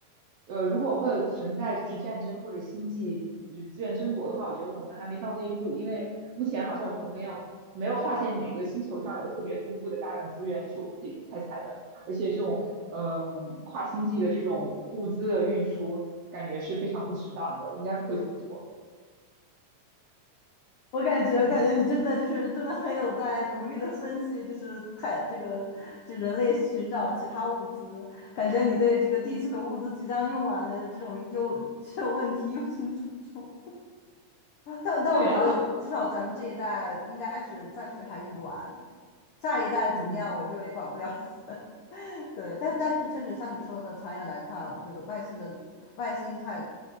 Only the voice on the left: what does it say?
我感觉，我感觉你真的就是真的很有在努力的分析，
就是太这个这人类寻找其他物资，感觉你对这个地球物资即将用完的这种忧
<laughs> 这种问题忧心忡忡。但但我觉得至少咱们这一代应该是暂时还用不完，
下一代怎么样我就也管不了。
<laughs> 对，但但是确实像你说的，长远来看，我觉得外星的外星太